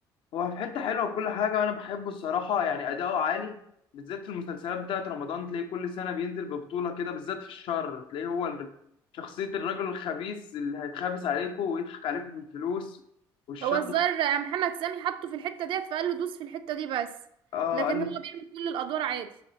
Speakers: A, on the left; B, on the right.
A: هو في حتة حلوة وكل حاجة وانا بحبه الصراحة يعني اداؤه عالي بالذات في المسلسلات بتاعت رمضان تلاقيه كل سنة بينزل ببطولة كده بالذات في الشر تلاقيه هو ال- شخصية الرجل الخبيث اللي هيتخابس عليكم ويضحك عليكم في الفلوس والشر
B: هو الزر محمد سامي حطه في الحتة ديت فقال له دوس في الحتة دي بس
A: اه
B: لكن
A: قال له
B: هو بيعمل كل الادوار عادي